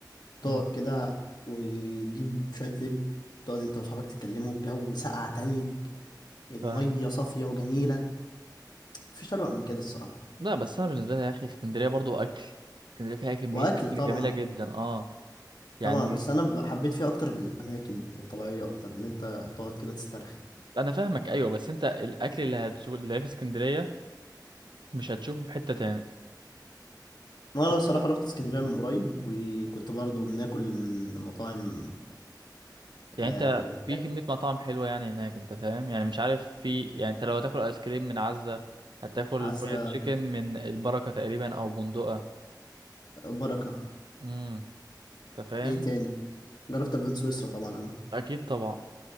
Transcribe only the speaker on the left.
تقعد
كده وتجيب شويه لب تقعد انت واصحابك تتكلموا الجو ساقع تلج الميه
صافيه وجميله مفيش اروع من كده الصراحه
واكل
طبعا
طبعا بس انا ب- حبيت فيها اكتر الاماكن الطبيعيه اكتر ان انت تقعد كده تسترخي
انا
الصراحه
رحت اسكندريه من قريب وكنت برضو بناكل من مطاعم
آه
يعني
عزة
جامد- بركه
ايه تاني جربت البان سويسرا طبعا انا